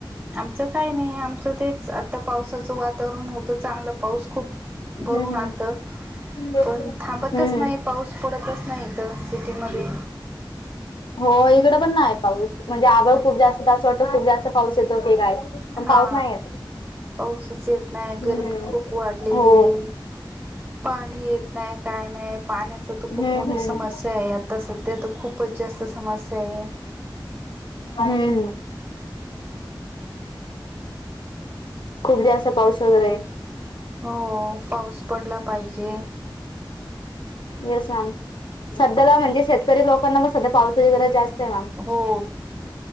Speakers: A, on the right; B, on the left.
A: आमचं काही नाही, आमचं तेच आता पावसाचं वातावरण होतं चांगलं पाऊस खूप भरून
B: हम्म हम्म
A: आलत.
B: हम्म
A: कोण थांबतच नाही,
B: हम्म
A: पाऊस पडतच नाही इथ सिटीमध्ये
B: हो, इकड पण नाय पाऊस म्हणजे आभळ
A: हम्म.
B: खूप जास्त असं वाटतं खूप जास्त पाऊस येतोय की काय. पण
A: हा,
B: पाऊस नाही येत.
A: पाऊसच येत नाही
B: हम्म
A: गरमी खूप वाढलेली.
B: हो
A: पाणी येत नाही काय नाही पाण्यात अस
B: हम्म
A: तर खूप मोठी
B: हम्म.
A: समस्या आहे, आता सध्या तर खूपच जास्त समस्या आहे.
B: हम्म खूप जास्त पाऊस वगैरे.
A: हो पाऊस पडला पाहिजे
B: <unintelligible> येस मॅम, सध्याला म्हणजे शेतकरी लोकांना पण सध्या पावसाची गरज जास्तय मॅम
A: हो